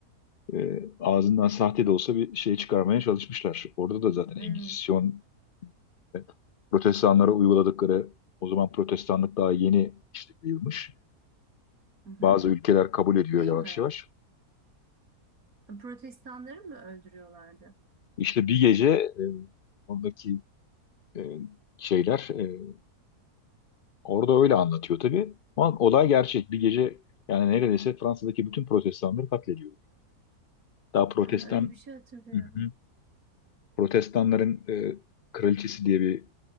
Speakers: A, on the left; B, on the right.
A: e, ağzından sahte de olsa bir şey çıkarmaya çalışmışlar. Orada da zaten
B: Evet.
A: Engizisyon E, Protestanlara uyguladıkları o zaman protestanlık daha yeni işte yayılmış.
B: Hı hı.
A: Bazı ülkeler kabul ediyor
B: Değil
A: yavaş
B: mi?
A: yavaş.
B: Protestanları mı öldürüyorlardı?
A: İşte bir gece e, oradaki e, şeyler e, orada öyle anlatıyor tabii. Ama olay gerçek. Bir gece yani neredeyse Fransa'daki bütün protestanları katlediyor. Daha protestan
B: Ha, öyle bir şey hatırlıyorum.
A: Hı hı. protestanların e, kraliçesi diye bir